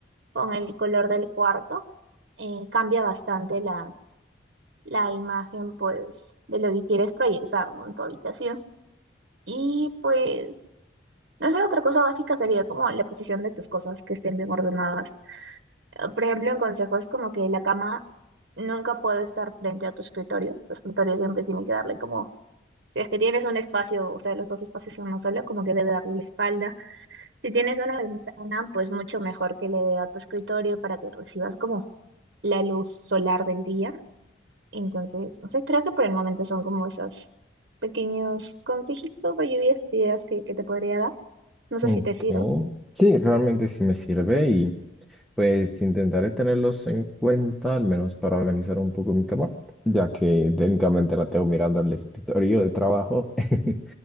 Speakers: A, on the right; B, in the centre.
A: con el color del cuarto, eh, cambia bastante la, la imagen, pues, de lo que quieres proyectar, ¿no? en tu habitación. Y pues, no sé, otra cosa básica sería como la posición de tus cosas que estén bien ordenadas. Eh, Por ejemplo, en consejos como que la cama nunca puede estar frente a tu escritorio. Tu escritorio siempre tiene que darle como, si es que tienes un espacio, o sea, los dos espacios son uno solo, como que debe darle la espalda. Si tienes una ventana, pues mucho mejor que le dé a tu escritorio para que recibas como la luz solar del día. Entonces, no sé, creo que por el momento son como esos pequeños consejitos o lluvias de ideas que, que te podría dar. No sé
B: Ok.
A: si te sirvo.
B: Sí, realmente sí me sirve y Pues intentaré tenerlos en cuenta, al menos para organizar un poco mi cama, ya que técnicamente la tengo mirando al escritorio de trabajo. <laughs>